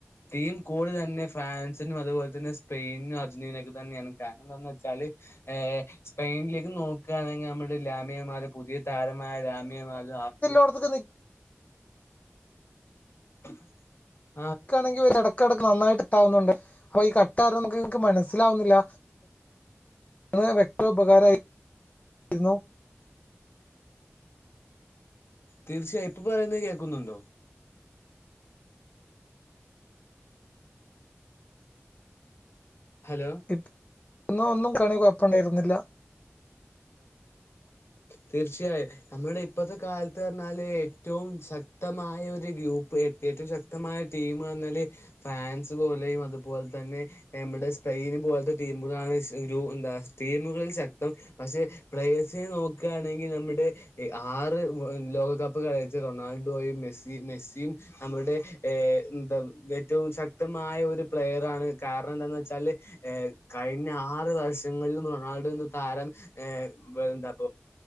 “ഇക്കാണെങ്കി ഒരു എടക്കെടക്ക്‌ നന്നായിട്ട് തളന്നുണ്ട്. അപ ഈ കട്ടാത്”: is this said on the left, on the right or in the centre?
Left